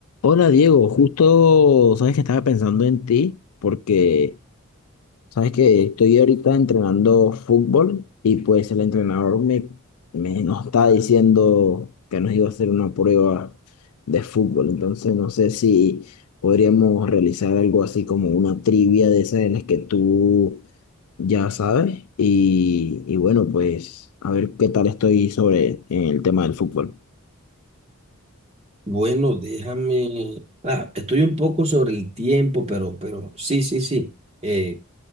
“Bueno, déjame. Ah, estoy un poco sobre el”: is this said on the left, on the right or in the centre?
Right